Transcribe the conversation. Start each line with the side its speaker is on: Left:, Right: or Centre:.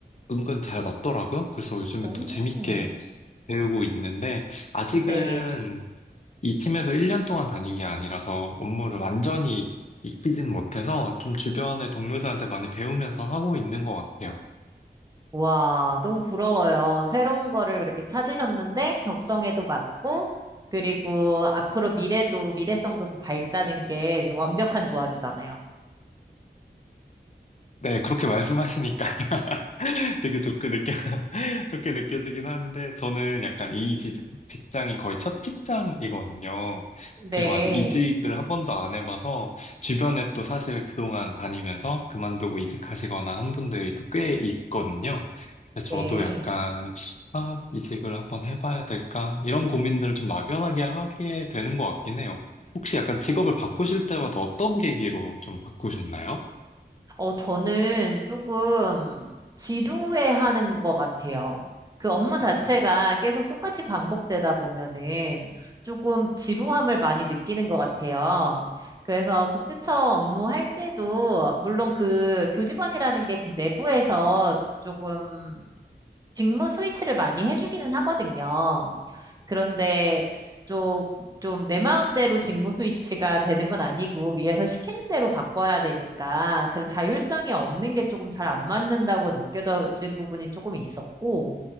Left: 은근 잘 맞더라고요. 그래서 요즘에
Right: 오.
Left: 또 재밌게 배우고 있는데, 아직은
Right: 네.
Left: 이 팀에서 1년 동안 다닌 게 아니라서 업무를 완전히 익히진 못해서 좀 주변의 동료들한테 많이 배우면서 하고 있는 것 같아요.
Right: 와, 너무 부러워요. 새로운 거를 그렇게 찾으셨는데 적성에도 맞고 그리고 앞으로 미래도 미래성도 더 밝다는 게 지금 완벽한 조합이잖아요.
Left: 네, 그렇게 말씀하시니까 <laughs> 되게 좋게 느껴, <laughs> 좋게 느껴지긴 하는데, 저는 약간 이 지- 직장이 거의 첫 직장이거든요.
Right: 네.
Left: 그리고 아직 이직을 한 번도 안 해봐서, 주변에 또 사실 그동안 다니면서 그만두고 이직하시거나 한 분들이 또 꽤 있거든요. 그래서
Right: 네.
Left: 저도 약간, 아, 이직을 한번 해봐야 될까? 이런 고민들을 좀 막연하게 하게 되는 것 같긴 해요. 혹시 약간 직업을
Right: 오.
Left: 바꾸실 때마다 어떤 계기로 좀 바꾸셨나요?
Right: 어, 저는 조금 지루해하는 것 같아요. 그 업무 자체가 계속 똑같이 반복되다 보면은 조금 지루함을 많이 느끼는 것 같아요. 그래서 국제청 업무할 때도 물론 그 교직원이라는 게 그 내부에서 조금 직무 스위치를 많이 해주기는 하거든요. 그런데 좀, 좀 내 마음대로 직무 스위치가 되는 건 아니고 위에서 시키는 대로 바꿔야 되니까 그런 자율성이 없는 게 조금 잘 안 맞는다고 느껴진 부분이 조금 있었고